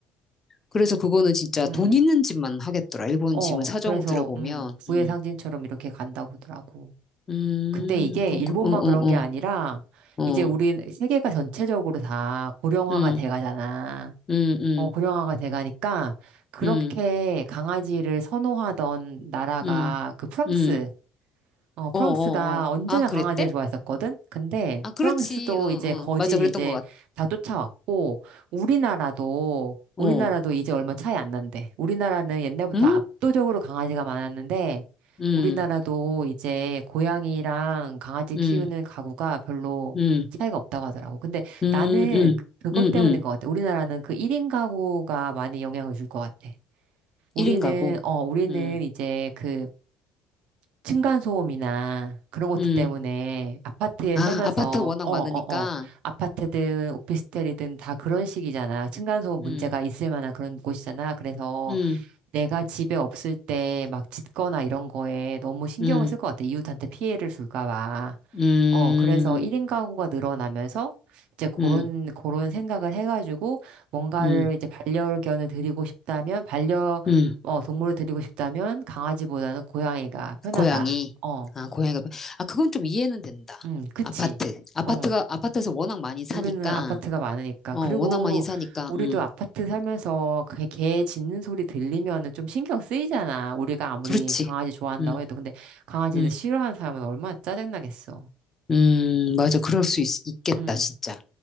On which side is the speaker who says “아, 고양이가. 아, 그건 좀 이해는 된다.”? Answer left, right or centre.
Left